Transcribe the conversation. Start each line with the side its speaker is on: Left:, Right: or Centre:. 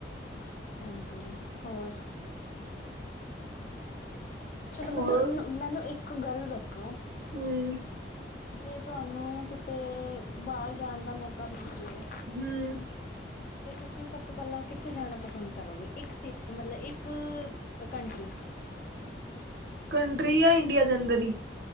Left: ਹਾਂਜੀ, ਹੋਰ? ਚਲੋ ਮੈਂ
Right: ਹੋਰ
Left: ਤੁਹਾਡੇ ਨਾਲ, ਮੈਨੂੰ ਇੱਕ ਗੱਲ ਦੱਸੋ?
Right: ਹੂ,,,
Left: ਜੇ ਤੁਹਾਨੂੰ ਕਿਤੇ ਬਾਹਰ ਜਾਣ ਦਾ ਮੌਕਾ ਮਿਲ ਜਾਵੇ
Right: ਹਮ
Left: ਤੇ ਤੁਸੀਂ ਸਬ ਤੋ ਪਹਿਲਾਂ ਕਿਥੇ ਜਾਣਾ ਪਸੰਦ ਕਰੋਗੇ? ਇਕ ਸੀਟੀ ਮਤਲਬ ਇਕ <unintelligible>
Right: ਕੰਟਰੀ ਯਾ ਇੰਡੀਆ ਦੇ ਅੰਦਰ ਈ?